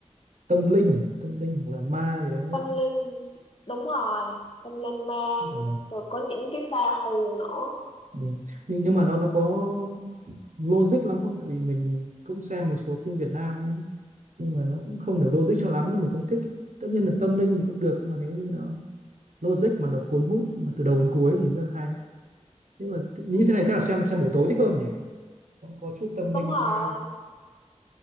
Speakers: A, on the right; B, on the left.
A: tâm linh à? tâm linh hoặc là ma gì đấy đúng
B: tâm
A: không
B: linh đúng rồi tâm linh ma
A: à, à,
B: rồi có những cái pha hù nữa
A: Ừ. Nhưng, nhưng mà nó nó có logic lắm không? Tại vì mình cũng xem một số phim Việt Nam nhưng mà nó cũng không được logic cho lắm nên mình không thích. Tất nhiên là tâm linh thì cũng được nhưng mà nếu như nó logic mà nó cuốn hút mà từ đầu đến cuối thì rất là hay. Nhưng mà th- như thế này chắc là xem xem buổi tối thích hơn nhỉ? Có, có chút tâm
B: đúng
A: linh
B: rồi
A: ma